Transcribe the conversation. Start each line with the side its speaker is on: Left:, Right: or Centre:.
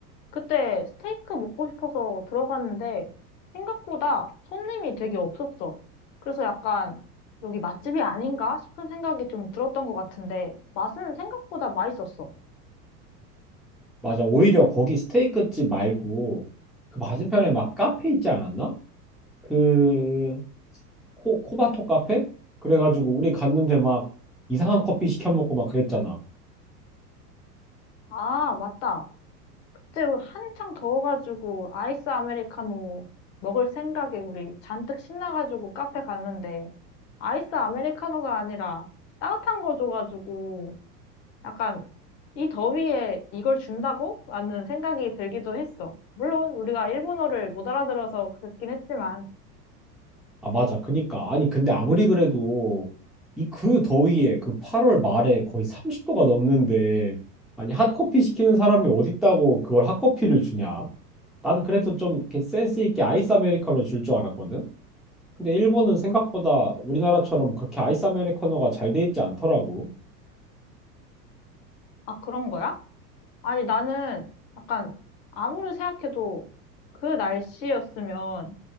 Left: 그때 스테이크 먹고 싶어서 들어갔는데 생각보다 손님이 되게 없었어. 그래서 약간 여기 맛집이 아닌가 싶은 생각이 좀 들었던 것 같은데 맛은 생각보다 맛있었어.
Centre: 맞아 오히려 거기 스테이크집 말고 그 맞은편에 막 카페 있지 않았나? 그 코, 코바토 카페? 그래가지고 우리 갔는데 막 이상한 커피 시켜 먹고 막 그랬잖아.
Left: 아, 맞다. 그때 한창 더워가지고 아이스 아메리카노 먹을 생각에 우리 잔뜩 신나가지고 카페 갔는데 아이스 아메리카노가 아니라 따뜻한 거 줘가지고 약간 이 더위에 이걸 준다고? 라는 생각이 들기도 했어. 물론 우리가 일본어를 못 알아들어서 그랬긴 했지만,
Centre: 아 맞아 그니까 아니 근데 아무리 그래도 이 그 더위에 그 8월 말에 거의 30도가 넘는데 아니 핫커피 시키는 사람이 어딨다고 그걸 핫커피를 주냐? 난 그래도 좀 이렇게 센스 있게 아이스 아메리카노 줄 줄 알았거든. 근데 일본은 생각보다 우리나라처럼 그렇게 아이스 아메리카노가 잘 돼 있지 않더라고.
Left: 아, 그런 거야? 아니, 나는 약간 아무리 생각해도 그 날씨였으면